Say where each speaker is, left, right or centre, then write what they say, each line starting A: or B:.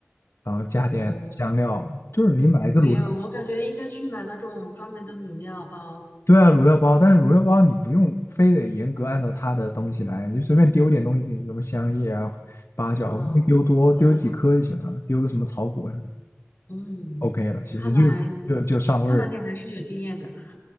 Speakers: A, on the left; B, on the left.
A: 然后加点香料，
B: 哦，
A: 就是你买一个卤肉。
B: 没有，我感觉应该去买那种专门的卤料包，
A: 对啊，卤料包，但是卤料包你不用非得严格按照它的东西来，你就随便丢点东西进去，什么香叶啊、八角，
B: 啊，
A: 不用丢多，
B: 包饺，
A: 丢几颗就行了，丢个什么草果什么
B: 嗯，
A: o k 了，其实就就就上味儿了，
B: 看来你看来你还是有经验的，